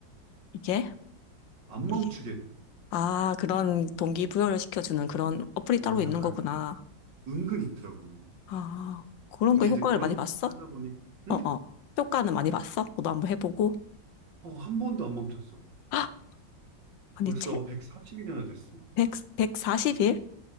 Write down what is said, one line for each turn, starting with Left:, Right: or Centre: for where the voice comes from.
Left: 이게?
Right: 안 멈추게
Left: 이게.
Right: 돼.
Left: 아, 그런 동기부여를 시켜주는 그런 어플이
Right: 오,
Left: 따로 있는
Right: 약간
Left: 거구나.
Right: 은근 있더라고.
Left: 아, 그런
Right: 근데
Left: 거 효과를
Right: 이제 그렇게
Left: 많이 봤어?
Right: 하다 보니, 응?
Left: 어, 어. 효과는 많이 봤어? 너도 한번 해보고.
Right: 어, 한 번도 안 멈췄어.
Left: 아, 아니,
Right: 벌써
Left: 채,
Right: 140일이나 됐어.
Left: 1백 사십 4 0일